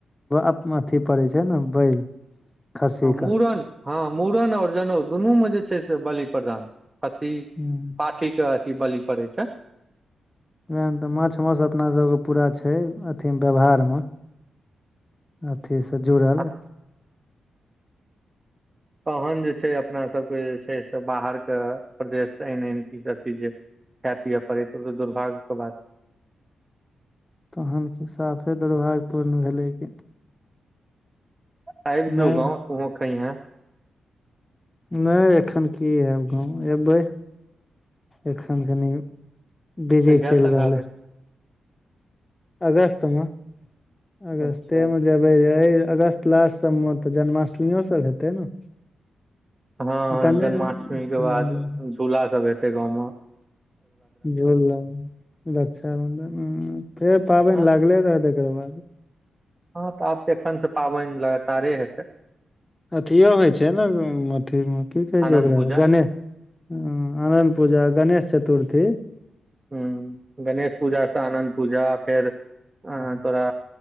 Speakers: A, on the left; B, on the right.
A: अथी पड़ैत छै ने बैल खस्सी
B: हँ मूड़न
A: के
B: हँ मूड़न आओर जनउ दुनूमे जे छै से बलि प्रदान खस्सी
A: वएह
B: पाठी के अथी बलि पड़ै छै
A: उएहमे तऽ माछ मास अपनासभके पूरा छै अथिमे व्यवहारमे अथी से जुड़ल
B: आ तहन जे छै अपनासभके जे छै से बाहरके प्रदेशसँ आनि आनि किछ अथि जे खाय पियए पड़ै तब तऽ दुर्भाग्य के बात
A: तहन कि साफे दुर्भाग्य पूर्ण भेलै की
B: आबि
A: नहि
B: जो गाँव
A: <inaudible>
B: तूहो खैहे
A: नहि एखन की आएब गाँव एबै एखन कनि बिजी
B: कहिया
A: चलि
B: तक
A: रहलै
B: आबे
A: अगस्तमे अगस्तेमे
B: अच्छा
A: जब एहि अगस्त लास्ट सभमे तऽ जन्माष्टमीयो सब हेतै ने
B: हँ
A: कनि
B: जन्माष्टमी
A: हूँ
B: के बाद झूला सभ हेतै गाँवमे
A: झूला रक्षाबन्धन फेर पाबनि
B: हँ
A: लागले रहत एकर बाद
B: हँ तऽ आब तऽ एखन से पाबनि लगातारे हेतै
A: अथियो होइ छै ने अथीम की कहै
B: आनन्द
A: छै ओकरा
B: पूजा
A: गणे हूंम्म आनंद पूजा गणेश चतुर्थी
B: हूंम्म गणेश पूजा सँ आनन्द पूजा फेर ऐं तोरा